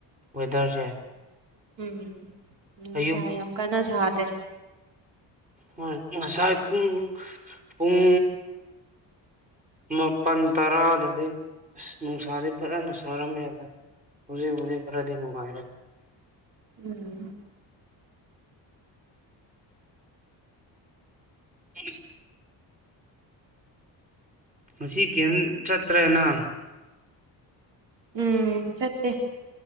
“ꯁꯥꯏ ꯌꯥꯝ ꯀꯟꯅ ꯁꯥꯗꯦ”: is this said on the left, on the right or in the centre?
Right